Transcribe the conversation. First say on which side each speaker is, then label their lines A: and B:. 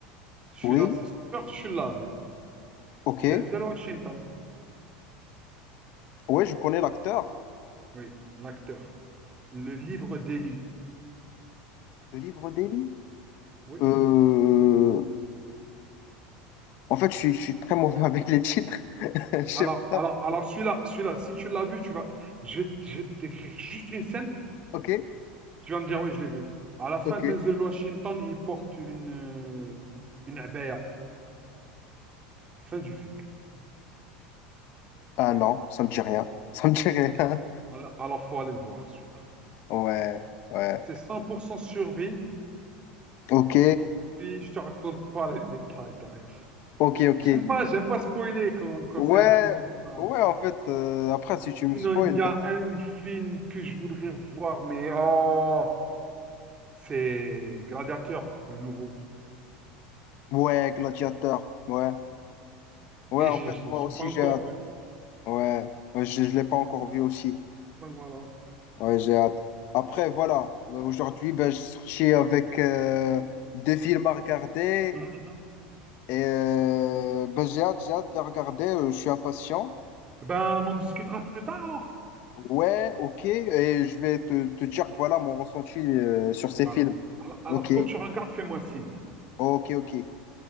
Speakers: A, on the right; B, on the left.
A: celui-là,
B: oui,
A: c'est sûr que tu l'as vu.
B: ok.
A: Denzel Washington,
B: Ouais, je connais l'acteur.
A: oui, l'acteur. Le livre d'Eli.
B: Le livre d'Eli.
A: Oui.
B: Euh... En fait, je, suis- je suis très mauvais <laughs> avec les titres. <laughs> Je sais
A: Alors,
B: pas.
A: alors, alors celui-là, celui-là, si tu l'as vu, tu vas... je vais, je vais te décrire juste une scène.
B: Ok,
A: Tu vas me dire, oui, je l'ai vu. À la fin,
B: ok.
A: Denzel Washington, il porte une, euh, une abaya. Fin du film.
B: Ah non, ça me dit rien. Ça me dit rien.
A: Voilà. Alors, faut aller le voir, celui-là.
B: Ouais, ouais.
A: C'est 100% survie.
B: Ok,
A: Et puis, je te raconte pas les détails derrière.
B: ok, ok.
A: J'aime pas, j'aime pas spoiler quand, quand
B: Ouais,
A: c'est un film comme ça.
B: ouais, en fait, euh, après, si tu me
A: Sinon,
B: spoil,
A: il y
B: bah,
A: a un film que je voudrais voir, mais oh, c'est Gladiateur, le nouveau.
B: ouais, Gladiator. Ouais, ouais,
A: Et
B: en
A: j'ai,
B: fait,
A: j'ai
B: moi
A: j'ai
B: aussi,
A: pas encore
B: j'ai hâte.
A: vu.
B: Ouais, ouais, je ne l'ai pas encore vu aussi.
A: Ben voilà.
B: Ouais, j'ai hâte. Après, voilà, Euh, aujourd'hui, ben, je suis sorti avec euh, deux films à regarder.
A: Mhm.
B: Et euh, ben, j'ai hâte, j'ai hâte de les regarder. Euh, je suis impatient.
A: Ben, on en discutera plus tard alors.
B: Ouais, ok. Et je vais te, te dire, voilà, mon ressenti euh, sur
A: Voilà.
B: ces films.
A: Alors, alors,
B: Ok,
A: quand tu regardes, fais-moi signe.
B: ok, ok.